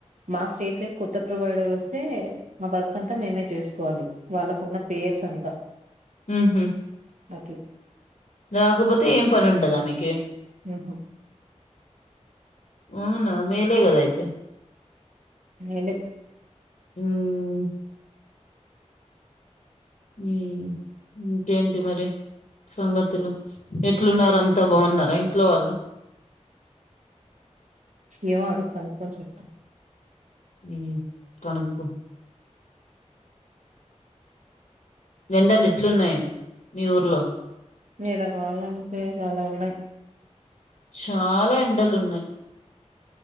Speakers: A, on the right; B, on the left.
A: మా స్టేట్ లో కొత్త ప్రో వైడర్ వస్తే మా వర్క్ అంతా మేమే చేసుకోవాలి వాళ్ళకు ఉన్న పేర్స్ అంతా
B: ఉహ్
A: అట్లా
B: రాకపోతే ఏం పని ఉండదా మీకి
A: ఉహ్
B: అవునా మేలే కదా అయితే
A: మేలే
B: ఉమ్ ఉ ఇంకేంటి మరి సంగతులు ఎట్లున్నారు అంతా బాగున్నారా ఇంట్లో వాళ్ళు
A: ఏమో అడుగ కనుక్కుని చెప్తా
B: ఉ కనుకో ఎండలు ఎట్లున్నాయి మీ ఊర్లో
A: నీలా కావాలంటే అలా ఉన్నాయి
B: చాలా ఎండలు ఉన్నాయి